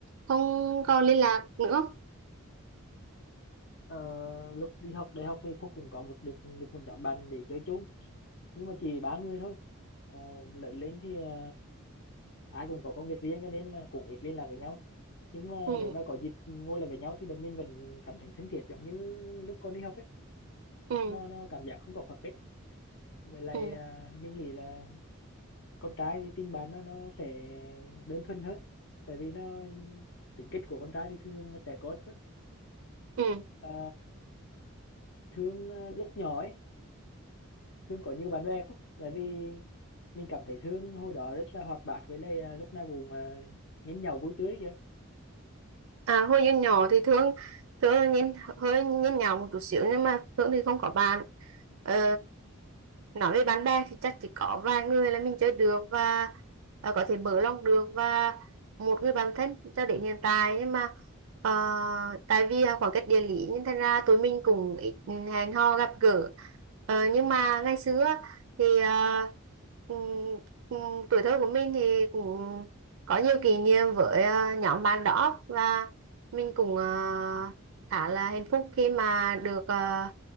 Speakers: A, on the right (about 65°); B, on the left (about 55°).
A: không còn liên lạc nữa
B: Ờ, lúc đi học đại học thì Phúc cũng có một được được một nhóm bạn để chơi chung nhưng mà chỉ ba người thôi Ờ, lớn lên thì ờ, ai cũng có công việc riêng cho nên là cũng ít liên lạc với nhau nhưng mà
A: ừ
B: nếu mà có dịp ngồi lại với nhau thì bọn mình vẫn cảm thấy thân thiết giống như lúc còn đi học ấy
A: ừ
B: nó nó cảm giác không có khoảng cách vậy là à,
A: ừ
B: mình nghĩ là con trai thì tình bạn nó nó sẽ đơn thuần hơn tại vì nó tính cách của con trai thì thường là trẻ con hơn
A: ừ
B: Ờ, thương ờ, lúc nhỏ ấy Thương có nhiều bạn bè không? Tại vì mình cảm thấy Thương hồi đó rất là hoạt bát với lại à, lúc nào cũng à, nhẽn nhẽo vui tươi kìa.
A: À, hồi nhỏ nhỏ thì Thương Thương là nhìn hơi nhìn nhỏ một chút xíu nhưng mà Thương thì không có bạn ờ, nói về bạn bè thì chắc chỉ có vài người là mình chơi được và ờ, có thể mở lòng được và một người bạn thân cho đến hiện tại nhưng mà ờ, tại vì là khoảng cách địa lý nên thành ra tụi mình cũng ít hẹn hò gặp gỡ Ờ, nhưng mà ngày xưa thì ờ, ừm, ừm, tuổi thơ của mình thì cũng có nhiều kỷ niệm với ờ, nhóm bạn đó và mình cũng ờ, khá là hạnh phúc khi mà được ờ,